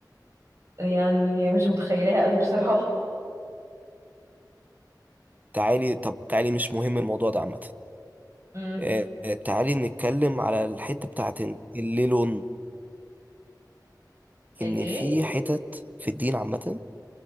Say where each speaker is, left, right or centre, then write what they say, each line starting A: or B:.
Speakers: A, on the right; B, on the right.
A: يعني مش متخيلها قوي بصراحة
B: تعالي طب تعالي مش مهم الموضوع ده عامة
A: امم
B: آه، تعالي نتكلم على الحتة بتاعت إن الليل والنهار
A: الايه
B: إن في حتت في الدين عامة